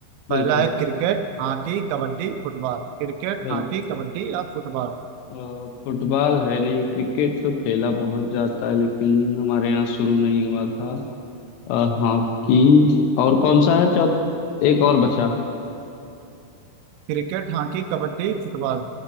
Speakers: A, on the right; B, on the left.
A: पहला
B: बिल्कुल
A: है cricket hockey kabaddi football Cricket
B: बिल्कुल
A: hockey kabaddi या football
B: अ, फुटबॉल है नहीं क्रिकेट तो खेला बहुत जाता है लेकिन हमारे यहाँ शुरू नहीं हुआ था अ, हॉकी और कौन सा है चौथ एक और बचा
A: Cricket hockey kabaddi football